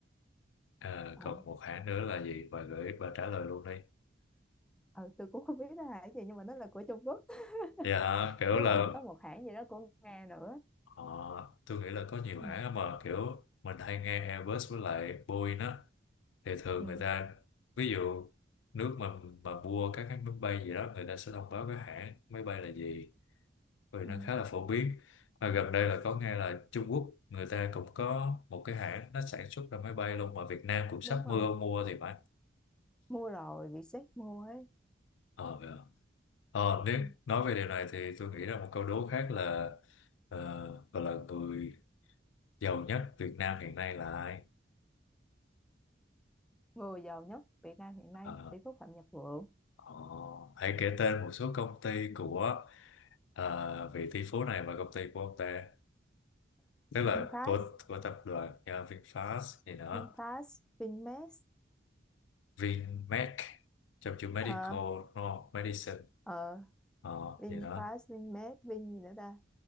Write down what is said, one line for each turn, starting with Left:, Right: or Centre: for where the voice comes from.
Left: Ờ,
Centre: ờ
Left: còn một hãng nữa là gì bà gửi bà trả lời luôn đi
Centre: Ờ, tôi cũng không biết nó là hãng gì nhưng mà nó là của Trung Quốc
Left: dạ hả?
Centre: <laughs>
Left: kiểu
Centre: với
Left: là
Centre: lại có một hãng gì đó của Nga nữa
Left: họ tôi nghĩ là có nhiều
Centre: ừ
Left: hãng á, mà kiểu mình hay nghe Airbus với lại Boeing á thì thường
Centre: ừ
Left: người ta ví dụ nước mà mà mua các cái máy bay gì đó người ta sẽ thông báo cái hãng máy bay là gì vì
Centre: ừ
Left: nó khá là phổ biến và gần đây là có nghe là Trung Quốc người ta cũng có một cái hãng nó sản xuất ra máy bay luôn mà Việt Nam cũng sắp
Centre: đúng rồi
Left: mưa mua thì phải
Centre: mua rồi Vietjet mua ấy
Left: ờ, ờ. Ờ, nếu
Centre: ừ.
Left: nói về điều này thì tôi nghĩ là một câu đố khác là ờ, gọi là người giàu nhất Việt Nam hiện nay là ai
Centre: người giàu nhất Việt Nam hiện
Left: Ờ,
Centre: nay tỷ phú Phạm Nhật Vượng
Left: ờ, hãy kể tên một số công ty của ờ, vị tỷ phú này và công ty của ông ta tức là
Centre: VinFast
Left: của của tập đoàn ờ, VinFast gì đó
Centre: VinFast VinMex
Left: VinMed trong chữ medical
Centre: ờ
Left: đúng không? Medicine
Centre: ờ
Left: ờ,
Centre: VinFast
Left: gì đó
Centre: VinMex Vin gì nữa ta